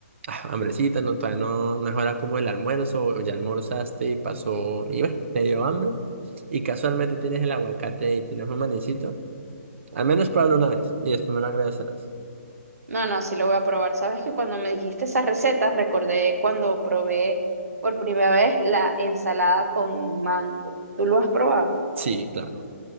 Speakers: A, on the right; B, on the right.
A: ah, hambrecita, no, todavía no no mejora como el almuerzo o ya almorzaste y pasó, y bueno, te dio hambre. Y casualmente tienes el aguacate y tienes un manicito. Al menos pruébalo una vez y después me lo agradecerás.
B: No, no, sí lo voy a probar. Sabes que cuando me dijiste esa receta, recordé cuando probé por primera vez la ensalada con mango. ¿Tú lo has probado?
A: Sí, claro.